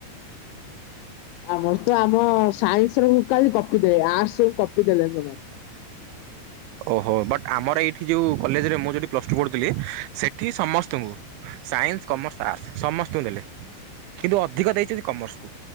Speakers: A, on the left; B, on the right.
A: ଆମର ତ ଆମ ସାଇନ୍ସ ର କାଲି କପି ଦେଲେ ଆର୍ଟସ ରୁ କପି ଦେଲେନି ଜମା।
B: ଓହୋ ବଟ୍ ଆମର ଏଇଠି ଯଉ କଲେଜେ ରେ ମୁଁ ଯଉଠି ପ୍ଲସ ଟୁ ପଢ଼ୁଥିଲି ସେଠି ସମସ୍ତଙ୍କୁ ସାଇନ୍ସ୍, କମର୍ସ୍, ଆର୍ଟସ୍ ସମସ୍ତଙ୍କୁ ଦେଲେ କିନ୍ତୁ ଅଧିକ ଦେଇଚନ୍ତି କମର୍ସ କୁ।